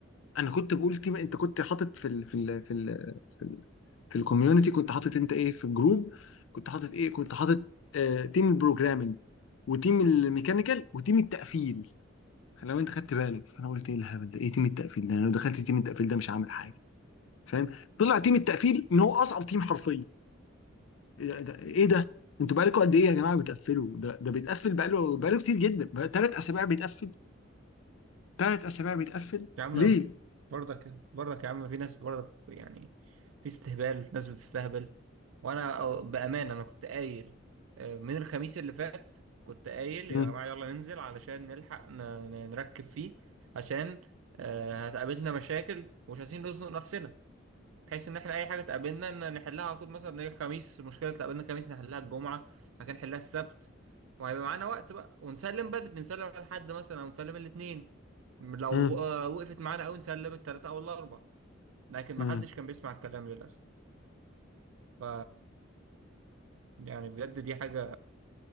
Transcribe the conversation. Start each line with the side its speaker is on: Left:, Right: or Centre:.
Left: انا كنت بقول تيم انت كنت حاطط في ال في ال في ال في ال في الكوميونتي كنت حاطط انت ايه في الجروب كنت حاطط ايه كنت حاطط آه تيم البروجرامينج وتيم الميكانيكال وتيم التقفيل لو انت خدت بالك فانا قلت ايه الهبل ده ايه تيم التقفيل ده انا لو دخلت تيم التقفيل ده مش هعمل حاجه فاهم طلع تيم التقفيل ان هو اصعب تيم حرفيا ايه ده ايه ده انتوا بقالكم قد ايه يا جماعه بتقفلوا ده ده بيتقفل بقاله بقاله كتير جدا بقى ثلاث اسابيع بيتقفل ثلاث اسابيع بيتقفل
Right: يا عم
Left: ليه
Right: برضك برضك يا عم في ناس برضك يعني في استهبال ناس بتستهبل وانا أو- بامانه انا كنت قايل آه، من الخميس اللي فات كنت قايل
Left: مم.
Right: يا جماعه يلا ننزل علشان نلحق ن- ن- نركب فيه عشان آه، هتقابلنا مشاكل ومش عايزين نزنق نفسنا بحيث ان احنا اي حاجه تقابلنا ان نحلها على طول مثلا نيجي الخميس مشكله تقابلنا الخميس نحلها الجمعه مكان نحلها السبت وهيبقى معانا وقت بقى ونسلم بدري نسلم على الحد مثلا او نسلم الاثنين لو
Left: مم.
Right: آه، وقفت معانا قوي نسلم الثلاثه او الاربعه لكن ما
Left: مم.
Right: حدش كان بيسمع الكلام للاسف ف يعني بجد دي حاجه